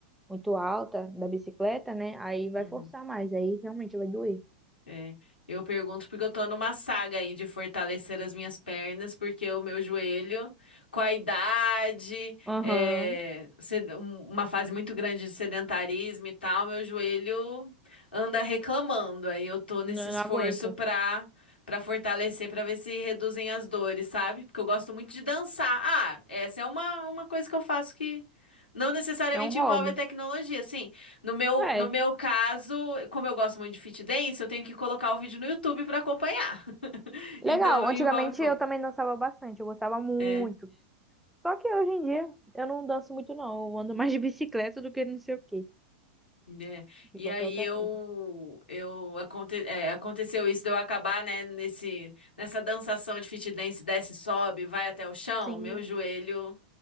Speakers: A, in the centre; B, on the left.
A: muito alta da bicicleta, né? Aí vai
B: uhum.
A: forçar mais, aí realmente vai doer.
B: É, eu pergunto porque eu tô numa saga aí de fortalecer as minhas pernas, porque o meu joelho, com a idade,
A: Aham,
B: é, sed- um, uma fase muito grande de sedentarismo e tal, meu joelho anda reclamando. Aí eu tô nesse
A: Não,
B: esforço
A: não aguento.
B: pra, pra fortalecer, pra ver se reduzem as dores, sabe? Porque eu gosto muito de dançar. Ah, essa é uma, uma coisa que eu faço que não necessariamente
A: É um hobby.
B: envolve a tecnologia. Sim, no meu,
A: É,
B: no meu caso, como eu gosto muito de fit dance, eu tenho que colocar o vídeo no YouTube para acompanhar. <laughs>
A: legal.
B: Então
A: Antigamente
B: envolve um pouco.
A: eu também dançava bastante, eu gostava muito.
B: É,
A: Só que hoje em dia eu não danço muito, não. Eu ando mais de bicicleta do que não sei o quê,
B: né?
A: de
B: E
A: qualquer
B: aí
A: outra
B: eu,
A: coisa.
B: eu aconte, é, aconteceu isso de eu acabar, né, nesse, nessa dançação de fit dance, desce, sobe, vai até o chão,
A: Sim,
B: meu joelho